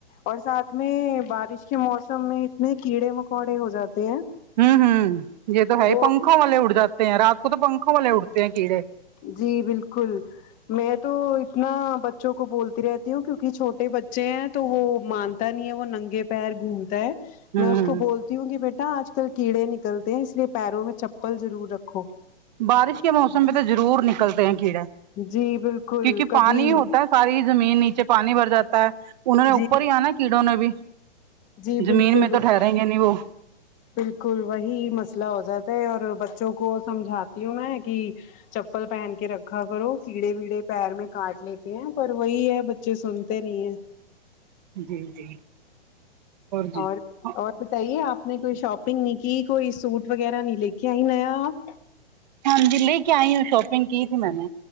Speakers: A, on the left; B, on the right.
A: اور ساتھ میں بارش کے موسم میں اتنے کیڑے مکوڑے ہو جاتے ہیں
B: ہوں ہوں یہ تو ہے
A: وہ
B: پنکھوں والے اٹھ جاتے ہیں رات کو تو پنکھوں والے اٹھتے ہیں کیڑے
A: جی بالکل میں تو اتنا بچوں کو بولتی رہتی ہوں کیونکہ چھوٹے بچے ہیں تو وہ مان نہیں ہے وہ ننگے پیر گھومتا ہے
B: ہوں
A: میں اس کو بولتی ہوں کہ بیٹا آج کل کیڑے نکلتے ہیں اس لیے پیروں میں چپل ضرور رکھو
B: بارش کے موسم میں تو ضرور نکلتے ہیں کیڑے
A: جی بالکل
B: کیونکہ
A: کبھی
B: پانی ہوتا ہے ساری زمین نیچے پانی بھر جاتا ہے انہوں نے اوپر
A: جی
B: ہی آنا کیڑوں نے بھی
A: جی
B: زمین
A: بالکل
B: میں
A: بالکل
B: تو ٹھہریں گے نہیں وہ
A: بالکل وہی مسئلہ ہو جاتا ہے اور بچوں کو سمجھاتی ہوں میں کہ چپل پہن کے رکھا کرو کیڑے ویڑے پیر میں کاٹ لیتے ہیں پر وہی ہے بچے سنتے نہیں ہیں
B: جی جی جی
A: اور
B: ہاں
A: اور بتائیے آپ نے کوئی شاپنگ نہیں کی کوئی سوٹ وغیرہ نہیں لے کے آئی اپ
B: ہاں جی لے کے آئی ہوں شاپنگ کی تھی میں نے